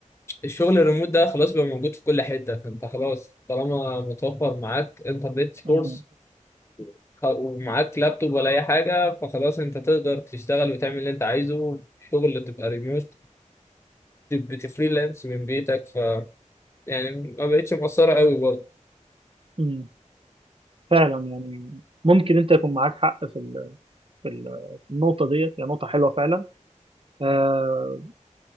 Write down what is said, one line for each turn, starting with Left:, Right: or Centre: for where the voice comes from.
Left: الشغل الريموت ده خلاص بقى موجود في كل حتة فأنت خلاص طالما متوفر معاك انترنت سورس
Right: مم.
Left: خ- ومعاك لابتوب ولا اي حاجه فخلاص انت تقدر تشتغل وتعمل اللي انت عايزه شغل تبقى ريموت بتفريلانس من بيتك ف يعني ما بقتش مقصره قوي برضه
Right: مم. فعلا يعني ممكن انت يكون معاك حق في ال- في ال- في النقطه ديت هي نقطه حلوه فعلا آه،